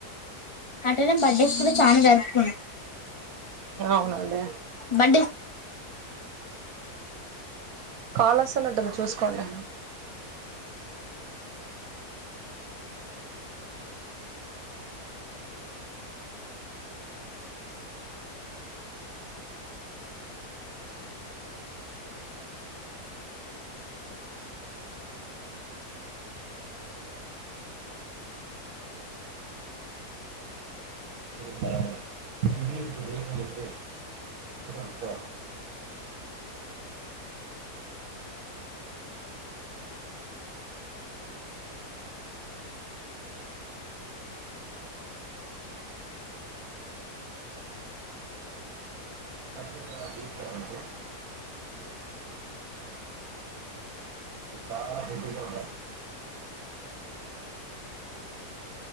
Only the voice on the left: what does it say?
అట్టనే బర్డేస్ కూడా చానా జరుపుకున్
బర్త్డే